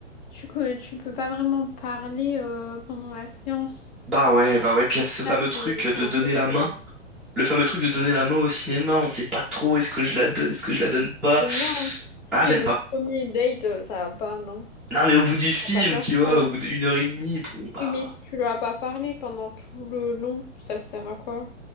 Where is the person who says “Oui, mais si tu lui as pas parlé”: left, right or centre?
Left